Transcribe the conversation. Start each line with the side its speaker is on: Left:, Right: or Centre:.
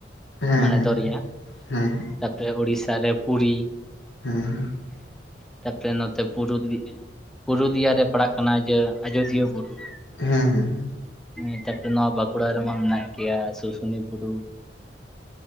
Left: ᱦᱮᱸ
Centre: ᱢᱟᱱᱮ ᱫᱚᱨᱭᱟ
Left: ᱦᱮᱸ
Centre: ᱛᱟᱨᱯᱚᱨᱮ ᱩᱲᱤᱥᱥᱟ ᱨᱮ ᱯᱩᱨᱤ,
Left: ᱦᱩᱸ
Centre: ᱛᱟᱯᱚᱨᱮ ᱱᱚᱛᱮ ᱯᱩᱨᱩᱞᱤᱭᱟᱹ ᱯᱩᱨᱩᱞᱤᱭᱟ ᱨᱮ ᱯᱟᱲᱟᱜ ᱠᱟᱱᱟ ᱡᱮ ᱟᱡᱚᱫᱤᱭᱟᱹ ᱵᱩᱨᱩ ᱾
Left: ᱦᱩᱸ ᱦᱩᱸ
Centre: ᱦᱮᱸ ᱛᱟᱯᱚᱨᱮ ᱱᱚᱣᱟ ᱵᱟᱸᱠᱩᱲᱟ ᱨᱮᱢᱟ ᱢᱮᱱᱟᱜ ᱜᱮᱭᱟ ᱥᱩᱥᱩᱱᱤᱭᱟᱹ ᱵᱩᱨᱩ